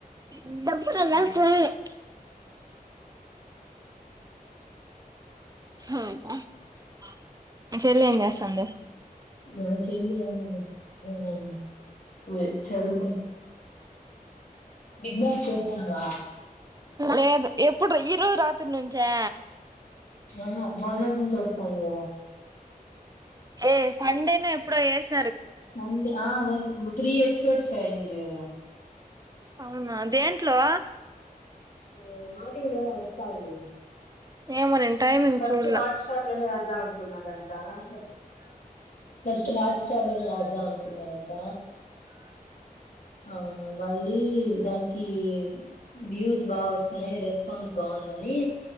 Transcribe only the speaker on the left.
ఉమ్
మా చెల్ అ చదువు బిగ్ బాస్ చూస్తున్నావా
ఆహా మొన్నటి నుంచి వస్తాను కదా
సండ ఆ నినా త్రీ ఎపిసోడ్స్ అయింది గధ
ఎ మాటివిలోనే వస్తాంది
ఫస్ట్
హాట్ స్టార్ లోనే వేద్దాం అనుకున్నారంట ఫస్ట్ హాట్ స్టార్ లోనే వేద్దాం అనుకున్నారంట ఆ మళ్ళీ దానికి వ్యూస్ బాగా వస్తున్నాయి రెస్పాన్స్ బాగుంది నని